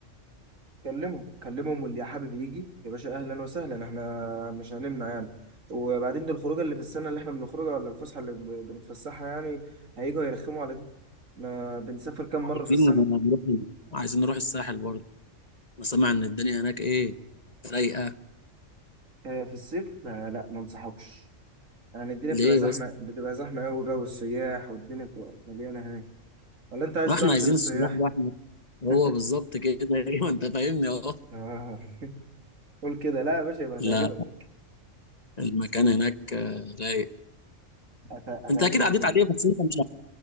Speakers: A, on the right; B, on the left.
A: كلمهم كلمهم واللي يا حابب يجي يا باشا اهلا وسهلا احنا مش هنمنع يعني وبعدين دي الخروجه اللي في السنه اللي احنا بنخرجها ولا الفسحه اللي ب- بنتفسحها يعني هيجوا يرخموا على دي ما بنسافر كام مره
B: عايزين
A: في السنه
B: نروح عايزين نروح الساحل برضه انا سامع ان الدنيا هناك ايه رايقه
A: آه، في الصيف ما لا ما انصحكش يعني الدنيا
B: ليه
A: بتبقى زحمه
B: بس
A: بتبقى زحمه قوي بقى والسياح والدنيا بتبقى مليانه هناك ولا انت عايز
B: ما احنا
A: تروح عشان
B: عايزين
A: السياح
B: السياح بقى احنا هو
A: <laughs>
B: بالظبط كده <laughs> ايوه انت فاهمني اهو
A: آه. قول كده لا يا باشا يبقى هتعجبك
B: لا المكان هناك آه، رايق
A: هت- هتعجبك
B: انت اكيد عديت
A: جدا
B: عليه بس انت مش